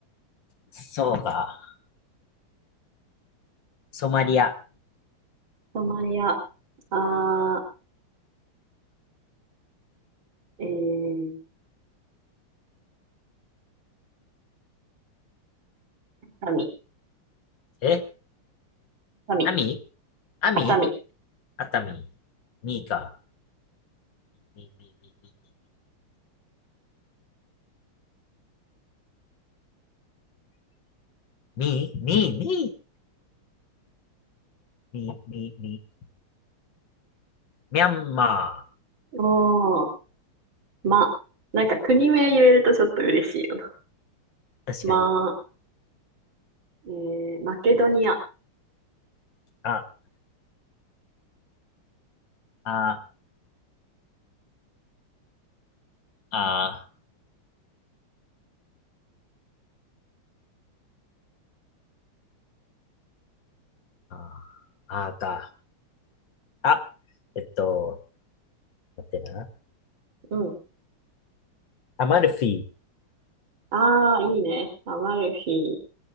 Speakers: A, on the left; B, on the right.
A: そうか。ソマリア。
B: ソマリア、あー、えー、熱海、
A: え
B: 熱海、
A: アミアミ
B: 熱海。
A: 熱海。ミーか。ミー、ミー、ミー、ミー、ミー、ミー、ミー、ミー、ミー、ミー、ミャンマ
B: おー、ま、なんか国名言えるとちょっと嬉しいよな。
A: ー。確かに。
B: ま、えー、マケドニア、
A: あ、あ、あ、あ、あーか。あ、えっと、待ってな。
B: うん。
A: アマルフィ。
B: あー、いいね。アマルフィ、